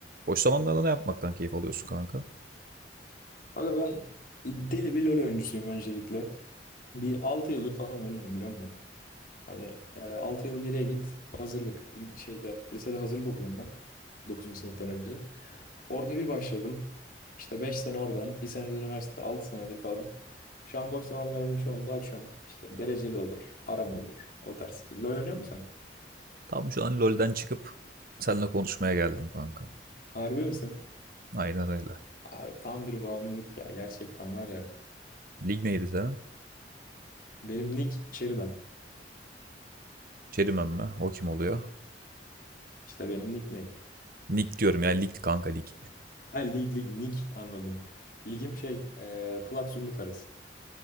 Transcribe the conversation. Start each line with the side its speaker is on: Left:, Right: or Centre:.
Right: Boş zamanlarda ne yapmaktan keyif alıyorsun kanka?
Left: Aga ben deli bir LoL oyuncusuyum öncelikle. Bir 6 yıldır falan oynuyorum biliyor musun? Hani e, 6 yıl geriye git hazırlık İn- şeyde lisede hazırlık okudum ben dokuzuncu sınıftan önce. Orada bir başladım. İşte 5 sene oradan, bir sene de üniversite, 6 senedir falan. Şu an boş zamanlarımın çoğunu da açıyorum. İşte dereceli olur, aram olur. O tarz. LoL oynuyor musun sen?
Right: Tam şu an LoL'den çıkıp seninle konuşmaya geldim kanka.
Left: Harbi misin?
Right: Aynen öyle.
Left: Abi tam bir bağımlılık ya. Gerçekten var ya.
Right: Lig neydi senin?
Left: Benim nick Cherryman.
Right: Çerimen mi? O kim oluyor?
Left: İşte benim nick
Right: Nick diyorum ya. Lig kanka lig.
Left: Ha lig lig lig anladım. Ligim şey e, plat zümrüt arası.